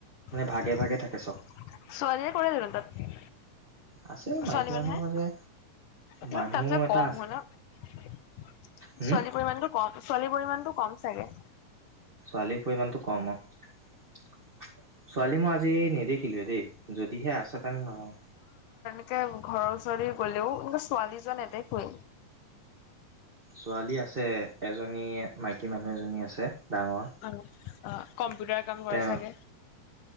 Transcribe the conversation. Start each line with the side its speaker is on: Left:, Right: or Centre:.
Left: ছোৱালী
Right: ভাগে ভাগে থাকে চব
Left: কৰে জানো তাত।
Right: আছে মাইকী
Left: ছোৱালী মানুহে,
Right: মানুহ আছে
Left: কিন্তু
Right: মানুহ
Left: তাতছে
Right: এটা
Left: কম
Right: আছে
Left: হয়নে। ছোৱালীৰ
Right: হম
Left: পৰিমানটো কম ছোৱালীৰ পৰিমাণটো কম চাগে।
Right: <unintelligible> শিলোহে দেই যদিহে আছে তেনতে নাজানো।
Left: দে ঘৰৰ ওচৰৰে গ'লেও এনে ছোৱালী যোৱা নেদেখোৱে।
Right: ছোৱালী আছে এজনী মাইকী মানুহ এজনী আছে। ডাঙৰ
Left: অ'-অ' কম্পিউটাৰৰ কাম
Right: তেওঁ
Left: কৰে চাগে।